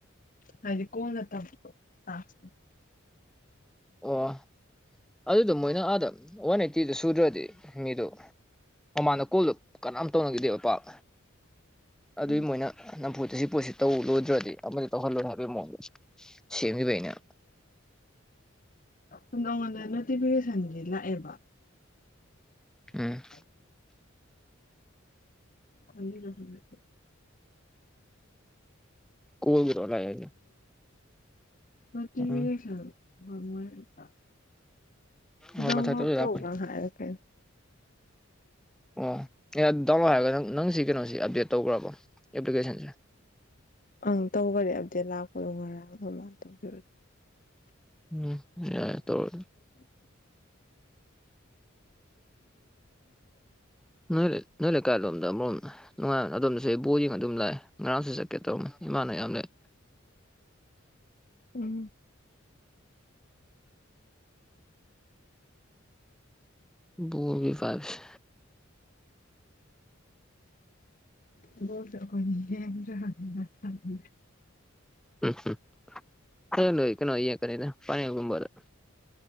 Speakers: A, on the left; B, in the centre.
A: ꯍꯥꯏꯗꯤ ꯀꯣꯟꯅ ꯇꯝ <unintelligible> ꯇꯥꯛꯁꯅꯤ
B: ꯑꯣ ꯑꯗꯨꯗꯣ ꯃꯣꯏꯅ ꯑꯥꯗ ꯋꯥꯟ ꯑꯩꯠꯇꯤꯗꯨ ꯁꯨꯗ꯭ꯔꯗꯤ ꯃꯤꯗꯣ ꯃꯃꯥꯟꯗ ꯀꯣꯜꯗꯣ ꯀꯅꯥꯝ ꯇꯧꯅꯈꯤꯗꯦꯕ ꯄꯥꯛ ꯑꯗꯨꯏ
A: ꯎꯝ
B: ꯃꯣꯏꯅ ꯅꯝꯐꯨꯇ ꯁꯤ ꯄꯣꯠꯁꯤ ꯇꯧ ꯂꯣꯏꯗ꯭ꯔꯗꯤ ꯑꯃꯗꯤ ꯇꯧꯍꯜꯂꯣꯏ ꯍꯥꯏꯕꯩ ꯃꯑꯣꯡꯗ ꯁꯦꯝꯈꯤꯕꯩꯅꯦ꯫
A: <unintelligible> ꯑꯩꯉꯣꯟꯗ ꯅꯣꯇꯤꯐꯤꯀꯦꯁꯟꯗꯤ ꯂꯥꯛꯑꯦꯕ
B: ꯎꯝ
A: ꯑꯣ ꯀꯅꯤꯗ ꯈꯪꯗꯦ ꯑꯩ
B: ꯀꯣꯏꯒꯦ ꯇꯧꯔ ꯂꯥꯑꯦ꯫
A: ꯅꯣꯇꯤꯐꯤꯀꯦꯁꯟ
B: ꯎꯝ
A: ꯉꯝꯃꯣꯏꯌꯦ ꯑꯩꯇꯥ <unintelligible> ꯑꯦꯛꯖꯥꯝ
B: ꯑꯣ ꯃꯊꯛꯇ
A: ꯅꯣꯏ
B: ꯂꯣꯏ
A: ꯇꯣꯛꯂ
B: ꯂꯥꯛꯄꯅꯤ
A: ꯍꯥꯏꯔꯀꯦ
B: ꯑꯣ ꯑꯦ ꯗꯥꯎꯟꯂꯣꯗ ꯍꯥꯏꯔꯒ ꯅꯪ ꯅꯪꯁꯤ ꯀꯩꯅꯣꯁꯤ ꯑꯞꯗꯦꯠ ꯇꯧꯈ꯭ꯔꯕ ꯑꯦꯄ꯭ꯂꯤꯀꯦꯁꯟꯁꯦ
A: ꯑꯪ ꯇꯧꯕꯗꯤ ꯑꯞꯗꯦꯠ ꯂꯥꯛꯄꯗꯣ ꯉꯔꯥꯡ ꯑꯗꯨꯃꯥꯏꯟ ꯇꯧꯕꯤꯔꯣ
B: ꯎꯝ ꯌꯥꯏ ꯇꯧꯔꯅꯤ
A: ꯎꯝ <inaudible>
B: ꯅꯣ ꯂꯩ ꯅꯣ ꯂꯩ ꯀꯥꯏꯂꯣꯝꯗ ꯑꯃꯝ ꯅꯨꯡꯉꯥꯏꯕ ꯑꯗꯣ ꯉꯁꯤ ꯑꯩ ꯕꯣꯜ ꯌꯤꯡꯉ ꯑꯗꯨꯝ ꯂꯥꯛꯑꯦ ꯉꯔꯥꯡꯁꯨ ꯆꯠꯀꯦ ꯇꯧꯔꯝ ꯏꯃꯅꯌꯥꯝ ꯂꯩ
A: ꯎꯝ
B: ꯕꯣꯜꯒꯤ ꯐꯥꯕ꯭ꯁ
A: ꯊꯕꯛꯇꯣ ꯑꯩꯈꯣꯏꯅ ꯍꯦꯟꯗ꯭ꯔꯗꯤ <unintelligible>
B: <unintelligible> ꯈꯣꯏ ꯂꯩ ꯀꯩꯅꯣ ꯌꯦꯛꯄꯅꯦꯗ ꯄꯪꯌꯦ ꯒꯨꯝꯕꯗ